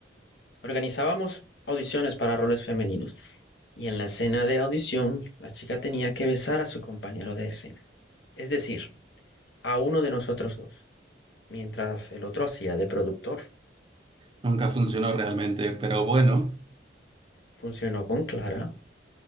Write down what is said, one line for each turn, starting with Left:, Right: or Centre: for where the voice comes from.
Left: Organizábamos audiciones para roles femeninos y en la escena de audición la chica tenía que besar a su compañero de escena, es decir, a uno de nosotros dos, mientras el otro hacía de productor.
Right: Nunca funcionó realmente, pero bueno,
Left: Funcionó con Clara.